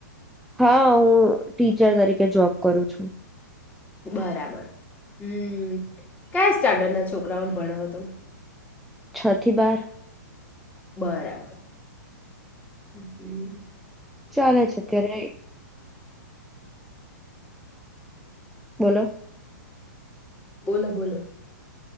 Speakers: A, in the centre; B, on the left (about 15°).
A: હા હું ટીચર તરીકે જોબ કરું છું.
B: બરાબર હમ કયા સ્ટાન્ડર્ડ ના છોકરાઓને ભણાવો તમે.
A: છથી બાર
B: બરાબર હ.
A: ચાલે છે અત્યારે? બોલો.
B: બોલો બોલો.